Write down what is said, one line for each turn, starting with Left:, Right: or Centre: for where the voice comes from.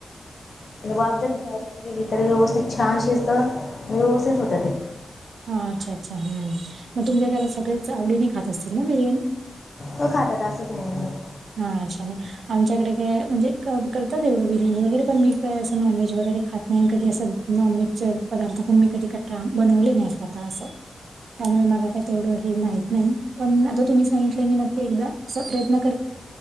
Left: ते वाफ जरी बाहेर नाहीं गेली तरी व्यवस्थित छान शिजतंय आणि व्यवस्थित होतं ते
Right: हां अच्छा अच्छा हंम मंग तुमच्यां घरांत सगळेचं आवडीने खातं असतीलं नां बिर्याणी
Left: हो खांतातं असं ते कांहीं नाहीं
Right: हां छान आमच्यांकडे कायं म्हणजे करतांत तेवढं बिर्याणी वगैरें पणं मी कायं असं नॉनव्हेज वगैरें खातं नाहीं कधीं असं नॉनव्हेजचं पदार्थ पणं मी कधीं बनवले नाहीं स्वंतः असं त्यांमुळे मला कांहीं तेवढं हे माहीत नाहीं असं पणं आतां तुम्हीं सांगितलं मी नक्की एकदां प्रयंत्न